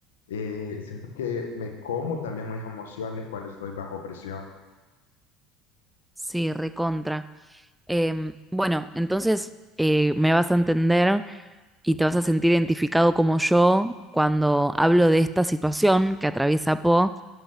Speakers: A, on the left (about 85°); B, in the centre.
A: eh, siento que me como también mis emociones cuando estoy bajo presión.
B: Sí, recontra. Em, bueno, entonces eh, me vas a entender y te vas a sentir identificado como yo cuando hablo de esta situación que atraviesa Po,